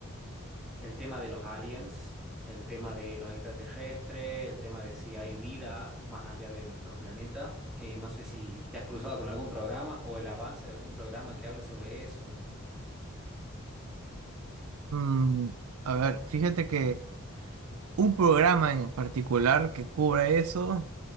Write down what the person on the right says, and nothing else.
Mm, a ver, fíjate que un programa en particular que cubra eso,